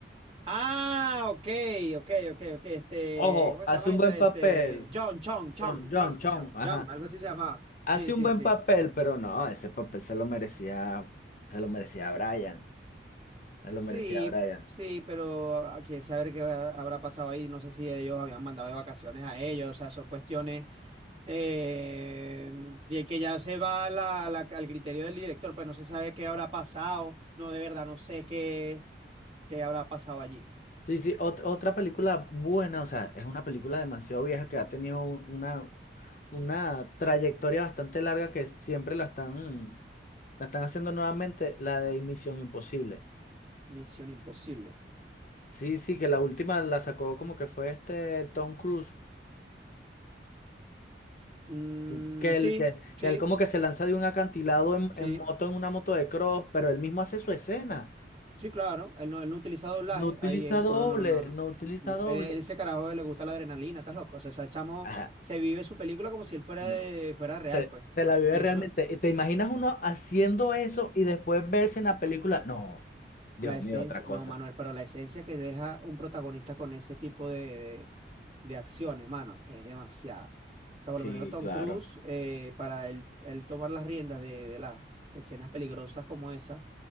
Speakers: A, on the right; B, on the left.
A: Ah, ok, ok, ok, ok. Este,
B: Ojo,
A: ¿cómo
B: hace
A: se llama
B: un
A: ese?
B: buen papel,
A: Este, John, Chong, Chong,
B: John, John,
A: Chong,
B: Chong,
A: se llama.
B: ajá.
A: John, algo así se llamaba.
B: Hace
A: Sí, sí,
B: un buen
A: sí.
B: papel, pero no, ese papel se lo merecía, se lo merecía Brian. Me lo
A: Sí,
B: merecía Brian.
A: sí, pero a quién saber qué habrá habrá pasado ahí. No sé si ellos habían mandado de vacaciones a ellos. O sea, son cuestiones eh, de que ya se va a la- la- al criterio del director. Pues no se sabe qué habrá pasado. No, de verdad, no sé qué, qué habrá pasado allí.
B: Sí, sí, ot- otra película buena, o sea, es una película demasiado vieja que ha tenido un- una, una trayectoria bastante larga que siempre la están, la están haciendo nuevamente, la de Misión Imposible.
A: Misión imposible.
B: Sí, sí, que la última la sacó como que fue este Tom Cruise,
A: Mm,
B: que que
A: sí,
B: él, que,
A: sí,
B: que él como que se lanza de un acantilado en,
A: sí.
B: en moto, en una moto de cross, pero él mismo hace su escena.
A: Sí, claro, él no, él no utiliza doblaje,
B: No utiliza
A: ahí, eh,
B: doble,
A: no, no, no, no, no.
B: no utiliza
A: Lo-
B: doble.
A: eh, Ese carajo le gusta la adrenalina, estás loco. O sea, ese chamo
B: Ajá.
A: se vive su película como si él fuera,
B: no.
A: de- fuera real,
B: Se,
A: pues.
B: se la vive
A: Y
B: realmente.
A: eso,
B: y ¿Te imaginas uno haciendo eso y después verse en la película? No, Dios
A: la esencia,
B: mío, otra cosa.
A: no, Manuel, pero la esencia que deja un protagonista con ese tipo de, de, de acciones, mano, es demasiada. O sea, por
B: Sí,
A: lo menos Tom
B: claro.
A: Cruise, eh, para él, él tomar las riendas de, de las escenas peligrosas como esa,